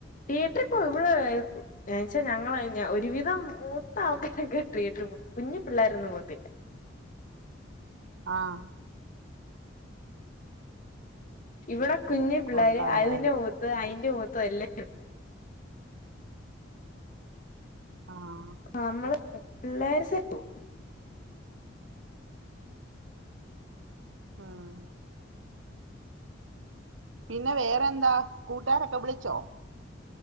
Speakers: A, on the left (about 45°); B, on the right (about 85°).
A: തിയേറ്ററി പോവ ഇവിടെ ആർക്കും ഞാച്ചാ ഞങ്ങള് ഒരുവിധം മൂത്താ <unintelligible> കുഞ്ഞു പിള്ളേരൊന്നും പോവ്ത്തില്ല
B: ആഹ്
A: ഇവിടെ കുഞ്ഞു പിള്ളേര്
B: കൊള്ളാം
A: അതിന്റെ
B: ഏതായാലും
A: മുഖത്ത് അയിന്റെ മുഖത്തും എല്ലാം
B: ആഹ്
A: ആ നമ്മള് പിള്ളേര സറ്റ് പോവും
B: ആഹ് പിന്നെ വേറെന്താ കൂട്ടാരൊക്കെ വിളിച്ചോ